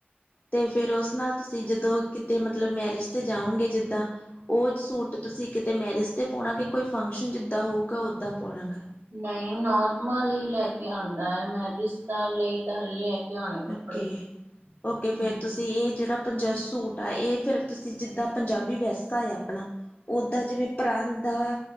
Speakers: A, on the left; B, on the right.
A: ਤੇ ਫੇਰ ਉਸ ਨਾਲ ਤੁਸੀਂ ਜਦੋਂ ਕਿਤੇ ਮਤਲਬ ਮੈਰਿਜ ਤੇ ਜਾਔਗੇ ਜਿੱਦਾ ਔ ਸੂਟ ਤੁਸੀਂ ਕਿਤੇ ਮੈਰਿਜ ਤੇ ਪਾਉਣਾ ਕੇ ਕੋਈ ਫੰਕਸ਼ਨ ਜਿੱਦਾ ਹੋਊਗਾ ਓਦਾ ਪਾਉਣਾ ਹੈਗਾ।
B: ਨਈ ਨੋਰਮਲ ਹੀ ਲੈ ਕੇ ਆਂਦਾ ਐ ਮੈਰਿਜ ਦਾ ਲਈ ਤਾਂ ਹਲੇ ਲੈ ਕੇ ਆਉਣੇ ਕੱਪੜੇ
A: ਔਕੇ-ਔਕੇ
B: ਹਾਂਜੀ
A: ਫੇਰ ਤੁਸੀਂ ਤੇ ਐ ਜੇੜਾ ਪੰਜਸ ਸੂਟ ਐ ਫਿਰ ਤੁਸੀਂ ਜਿੱਦਾ ਪੰਜਾਬੀ ਵਿਰਸਾ ਏ ਆਪਣਾ ਔਦਾ ਜਿਵੇਂ ਪਰਾਂਦਾ